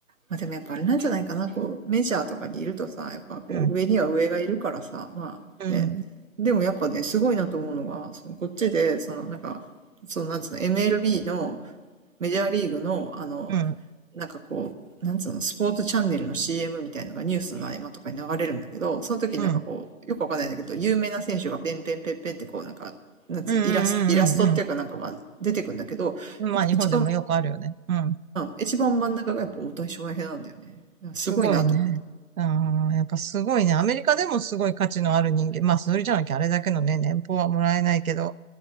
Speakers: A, on the right (about 65°); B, on the right (about 80°).
A: まあ、でもやっぱあれなんじゃないかな、こう、メジャーとかにいるとさ、やっぱこう、
B: うん。
A: 上には上がいるからさ、まあ、
B: うん。
A: ね、でもやっぱね、すごいなと思うのが、その、こっちで、その、なんか、その、なんつうの、MLB のメジャーリーグの、あの、
B: うん。
A: なんかこう、なんつうの、スポーツチャンネルの CM みたいなのがニュースの合間とかに流れるんだけど、その時になんかこう、
B: うん。
A: よくわかんないんだけど、有名な選手がペンペンペンペンってこうなんか、なんつうの、
B: うん。
A: イラスト、イラストっていうかなんかまあ出てくんだけど、
B: うん。うん。うん。まあ、
A: い一番、
B: 日本でもよくあるよね。うん。
A: 一番真ん中がやっぱ大谷翔平なんだよね。すごいなと。
B: すごいね。ああ、やっぱすごいね。アメリカでもすごい価値のある人間。まあ、それじゃなきゃあれだけのね、年俸はもらえないけど、